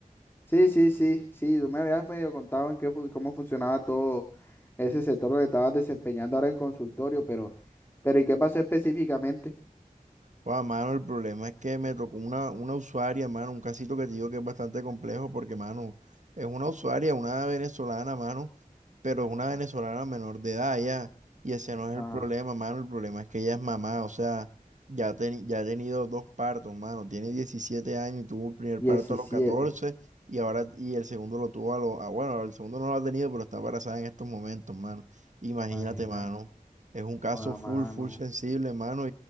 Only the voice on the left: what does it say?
Sí, sí, sí, sí, tú me habías medio contado en qué, fu- cómo funcionaba todo ese sector donde estabas desempeñando ahora en consultorio, pero, pero ¿y qué pasó específicamente?
Ajá.
Diecisiete.
imagínate.
O a
mano.